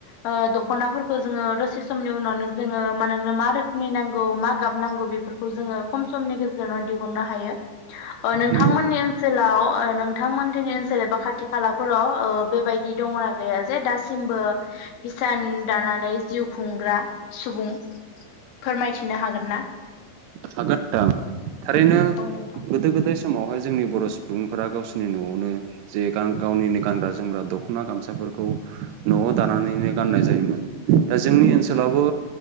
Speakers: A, on the left; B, on the right.
A: ओ दख'नाफोरखौ जोङो दसे समनि उनावनो जोङो मा नोंनो मा रोखोमनि नांगौ मा गाब नांगौ बेफोरखौ जोङो खम समनि गेजेरावनो दिहुननो हायो। ओ नोंथांमोननि
B: नंगौ
A: ओनसोलाव ओ नोंथांमोन। जोंनि ओनसोल एबा खाथि खालाफोराव ओ बेबायदि दङना गैया जे दासिमबो हिसान दानानै जिउ खुंग्रा सुबुं फोरमायथिनो हागोन ना?
B: हागोन नोंथां थारैनो
A: औ नोंथां
B: गोदो गोदाय। समावहाय जोंनि बर' सुबुंफोरा गावसोरनि न'आवनो जे गान-गावनिनो गानग्रा जोमग्रा दख'ना गामसाफोरखौ न'आव दानानैनो गाननाय जायोमोन दा जोंनि ओनसोलावबो